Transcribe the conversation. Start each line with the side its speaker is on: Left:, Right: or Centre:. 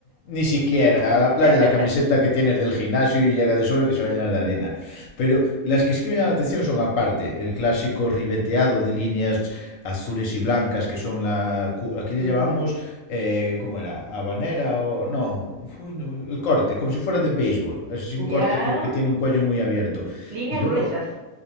Left: ni siquiera a la playa
Right: <laughs>
Left: la camiseta que tienes del gimnasio y llega de sobra que se va a llenar de arena. Pero las que sí que me llaman la atención son aparte el clásico ribeteado de líneas azules y blancas que son la... cu- Aquí le
Right: Mm,
Left: llamamos... eh, ¿cómo era? ¿Habanera o...? No, uy, no, el corte, como si fuera de béisbol. Es así un corte
Right: Ya,
Left: con, que tiene un cuello muy abierto.
Right: líneas
Left: Y luego
Right: gruesas.